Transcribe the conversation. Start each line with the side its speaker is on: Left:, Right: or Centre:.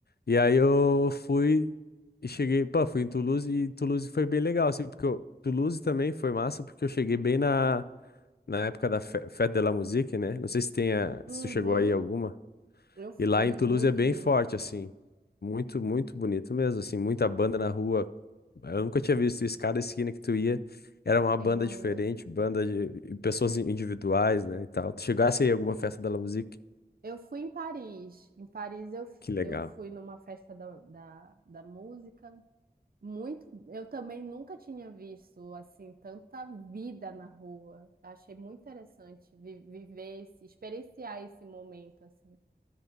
Left: E aí eu fui e cheguei. Pô, fui em Toulouse e Toulouse foi bem legal, assim, porque eu, Toulouse também foi massa, porque eu cheguei bem na, na época da Fe- Fête de la Musique, né? Não sei se tem a,
Right: Uhum,
Left: se tu chegou aí alguma.
Right: eu fui,
Left: E lá em Toulouse
Right: muito
Left: é bem
Right: lindo.
Left: forte, assim. Muito, muito bonito mesmo, assim. Muita banda na rua. Eu nunca tinha visto isso. Cada esquina que tu ia era uma
Right: Tem
Left: banda
Right: uma
Left: diferente,
Right: música.
Left: banda de e pessoas in- individuais, né, e tal. Tu chegasse aí em alguma festa da La Musique?
Right: Eu fui em Paris. Em Paris eu, f-
Left: Que legal.
Right: eu fui numa festa da, da, da música. Muito, eu também nunca tinha visto assim tanta vida na rua. Achei muito interessante vi- viver esse, experienciar esse momento assim.